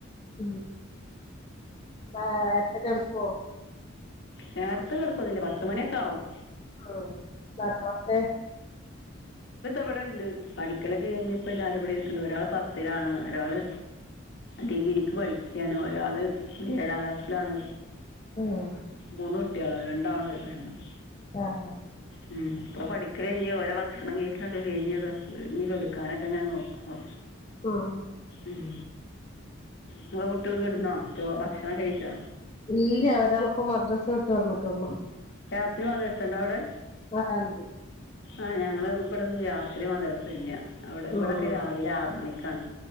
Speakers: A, on the left; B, on the left.
A: ഉമ് ആഹ് എപ്പ കെടക്കുവോ
B: നേരത്തേ കേടക്കൊന്നില്ല പത്തുമണിയൊക്കെ ആകും
A: ഉമ് ന്നക്യാണ്ട് <unintelligible>
B: ഇവിടെണ്ട് പഠിക്കലൊക്കെഴിഞ്ഞപ്പോ എല്ലാരുംടെ ണ്ട് ഒരാള് പത്തിലാണ് ഒരാള് ഡിഗിരിക്ക് പഠിക്കുകയാണ് ഒരാള് ഏഴാം ക്ലാസ്സിലാണ്
A: ഉം
B: മൂന്നുട്യളാ രണ്ടാണും ഒരു പെണ്ണും
A: ആഹ്
B: ഉം ഇപ്പൊപഠിക്കല്ഴിഞ്ഓരോഭക്ഷണംകഴിക്കലൊക്കെകഴിഞ് അത് ഇഴഞ് കൊടുക്കാനൊക്കെ ഇങ്ങനെ നോക്കും
A: ആഹ്
B: ഉം നിങ്ങളെ കുട്ടികള് കെടന്നോ ഭക്ഷണം കഴിച്ചോ
A: ഇല്ല ഒരാളിപ്പോ മദ്രാസ വിട്ട് വന്നിട്ടേ ഒള്ളു
B: രാത്രി മദ്രസുണ്ടോ അവിടെ
A: ആഹ് ഇണ്ട്
B: ആഹ് ഞങ്ങള് ഇവിടൊന്നും രാത്രി മദ്രസ ഇല്ല അവിടെ ഇവിടെയൊക്കെ
A: ഉം
B: രാവിലെ ആറ് മണിക്കാണ്